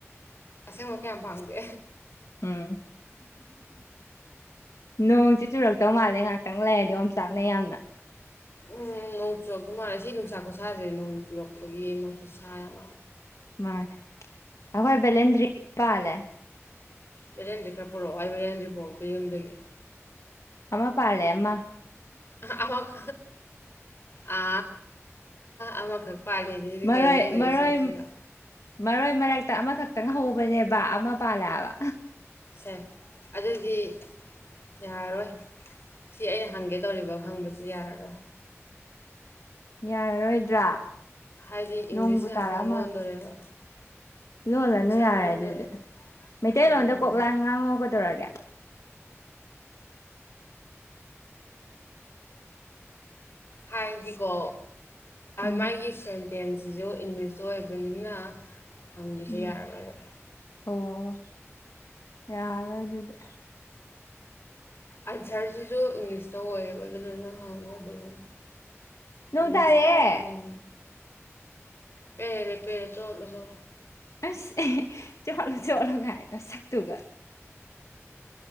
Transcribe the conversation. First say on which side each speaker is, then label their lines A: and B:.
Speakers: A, on the left (about 50°); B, on the left (about 75°).
A: ꯑꯁꯦ ꯍ ꯀꯌꯥꯌꯥꯝ ꯐꯥꯡꯒꯦ
B: ꯎꯝ ꯅꯣꯡꯁꯦ ꯆꯨꯔꯛꯇꯧ ꯃꯥꯜꯂꯦ ꯉꯥꯛꯇ ꯈꯤꯇꯪ ꯂꯩꯔꯗꯤ ꯌ ꯆꯥꯛꯅ ꯌꯥꯝꯅ
A: ꯎꯝ ꯅꯣꯡ ꯆꯨꯔꯄ ꯃꯥꯜꯂꯦ ꯁꯤ ꯅꯨꯡꯁꯥ ꯈꯨꯠꯁꯥꯁꯦ ꯅꯣꯡ ꯆꯨꯔꯛꯄꯒꯤ ꯑꯃ ꯈꯨꯠꯁꯥ ꯌꯥꯝ
B: ꯃꯥꯅꯦ ꯑꯩꯈꯣꯏ ꯕꯦꯂꯦꯟ ꯗ꯭ꯔꯤꯡ ꯄꯥꯜꯂꯦ
A: ꯕꯤꯔꯦꯟꯁ ꯈꯔ ꯄꯨꯔꯛꯑꯣ ꯑꯩ ꯕꯤꯔꯦꯟꯁ ꯄꯛꯇꯣꯏ ꯌꯨꯝꯗꯒꯤ
B: ꯑꯃ ꯄꯥ ꯂꯩ ꯑꯃ
A: ꯑ ꯑ ꯑꯃꯈꯛ ꯄꯥꯜꯂꯤꯦꯗꯗꯤ
B: ꯃꯔꯣꯏ
A: ꯀꯩ ꯅꯪꯒꯤꯨ
B: ꯃꯔꯣꯏ
A: ꯁꯤꯠꯇ꯭ꯔꯤꯔꯣ
B: ꯃꯔꯣꯏ ꯃꯔꯛꯇ ꯑꯃꯈꯛꯇꯪ ꯍꯧꯕꯅꯦꯕ ꯑꯃ ꯄꯥꯜꯂꯛꯑꯕ
A: ꯁꯦ ꯑꯗꯨꯗꯤ ꯌꯥꯔꯔꯣꯏ ꯁꯤ ꯑꯩꯅ ꯍꯪꯒꯦ ꯇꯧꯔꯤꯕ ꯈꯪꯕꯁꯨ ꯌꯥꯔꯔꯣꯏ
B: ꯌꯥꯔꯔꯣꯏꯗ꯭ꯔꯥ
A: ꯍꯥꯏꯗꯤ
B: ꯅꯣꯡꯕꯨ
A: ꯏꯪꯂꯤꯁ ꯉꯥꯛꯇꯪ
B: ꯇꯥꯔꯛꯑ ꯃꯥꯜꯂꯦ
A: ꯂꯣꯟꯗꯣꯔꯦꯕ
B: ꯂꯣꯜꯂꯅꯨ
A: ꯏꯪꯂꯤꯁ ꯉꯥꯛꯇ
B: ꯌꯥꯔꯦ
A: ꯂꯣꯟꯗꯣꯔꯦꯕ
B: ꯑꯗꯨꯗꯤ ꯃꯩꯇꯩꯂꯣꯟꯗ
A: ꯑꯗꯨꯗꯨꯅ
B: ꯀꯣꯛꯂꯥꯡ ꯉꯥꯡꯍꯧꯒꯗꯧꯔꯒꯦ
A: ꯍꯥꯏꯗꯤ ꯀꯣ
B: ꯎꯝ
A: ꯃꯥꯒꯤ ꯁꯦꯟꯇꯦꯟꯁꯁꯤꯁꯨ ꯏꯪꯂꯤꯁꯇ ꯑꯣꯏꯕꯅꯤꯅ ꯐꯝꯕꯤꯁꯦ
B: ꯎꯝ
A: ꯌꯥꯔꯒꯕ
B: ꯑꯣ ꯌꯥꯔ ꯑꯗꯨꯗꯤ
A: ꯑꯟꯁꯔꯁꯤꯁꯨ ꯏꯪꯂꯤꯁꯇ ꯑꯣꯏꯌꯦꯕ ꯑꯗꯨꯅꯅꯪ ꯍꯪꯉ ꯑꯗꯨꯅ
B: ꯅꯣꯡ
A: ꯏꯪꯂꯤꯁ
B: ꯇꯥꯔꯛꯑꯦ
A: ꯋꯥꯔꯤꯔꯦ ꯄꯦꯔꯦ ꯄꯦꯔꯦ ꯆꯣꯂ ꯆ
B: ꯑꯁ ꯆꯠꯂꯣ ꯆꯠꯂꯣꯒꯥꯏ ꯁꯛꯇꯨꯒ